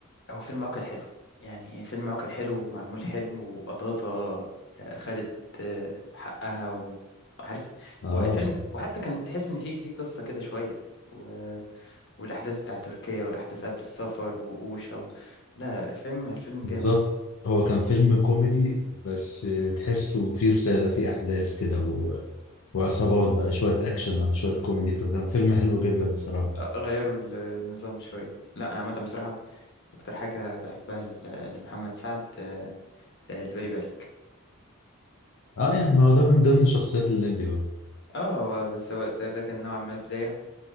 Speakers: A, on the left; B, on the left.
A: هو فيلم عوكل حلو يعني فيلم عوكل حلو ومعمول حلو وقطاطة آه، خدت آه، حقها وعارف
B: اه
A: هو الفيلم وحتى كان تحس إن فيه فيه قصة كده شوية و... والأحداث بتاع تركيا والأحداث قبل السفر وقوش أو لا لا لا، الفيلم الفيلم
B: بالظبط
A: جامد
B: هو كان فيلم كوميدي بس تحسه فيه رسالة فيه أحداث كده و... وعصابات بقى شوية أكشن على شوية كوميدي فكان فيلم حلو جدا بصراحة
A: آه، غيروا ال- النظام شوية لا أنا عامة بصراحة أكتر حاجة بحبها ل- لمحمد سعد آه، آه، اللي بالي بالك
B: اه
A: يعني
B: يعني ما هو ده من ضمن شخصيات الليمبي بقى
A: اه هو- بس هو ده, ده كان نوعا ما البداية